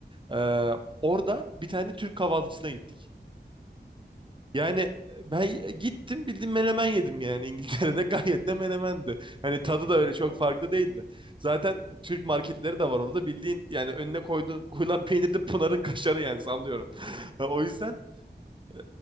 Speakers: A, on the right (about 25°); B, on the left (about 50°).
A: Ee, orada bir tane Türk kahvaltıcısına gittik. Yani e, ben e, gittim bildiğin menemen yedim yani İngiltere'de <laughs> gayet de menemendi. Hani tadı da
B: Gerek
A: öyle çok
B: var
A: farklı
B: mı?
A: değildi. Zaten Türk marketleri de var orada bildiğin yani önüne koyduğun <laughs> koyulan peynir de Pınar'ın kaşarı yani sallıyorum. <laughs> O yüzden e,